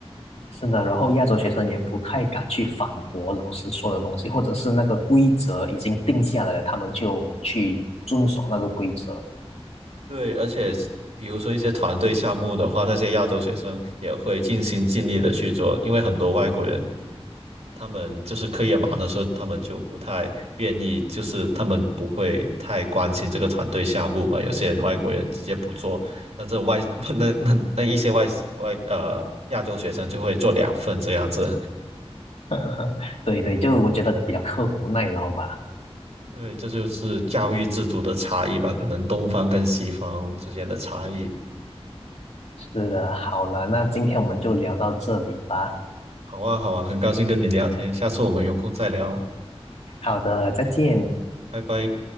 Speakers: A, on the left; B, on the right.
A: 是的，然后亚洲学生也不太敢去反驳老师说的东西，或者是那个规则已经定下来了，他们就去遵守那个规则。
B: 对，而且是比如说一些团队项目的话，那些亚洲学生也会尽心尽力的去做，因为很多外国人他们就是课业忙的时候，他们就不太愿意，就是他们不会太关心这个团队项目嘛。有些人外国人直接不做，那这外 <laughs> 那那那一些外外呃亚洲学生就会做两份这样子。
A: <laughs> 对对，就我觉得比较刻苦耐劳吧。
B: 对，这就是教育制度的差异吧，可能东方跟西方之间的差异。
A: 是的，好了，那今天我们就聊到这里吧。
B: 好啊，好啊，很高兴跟你聊天，下次我们有空再聊，
A: 好的，再见。
B: 拜拜。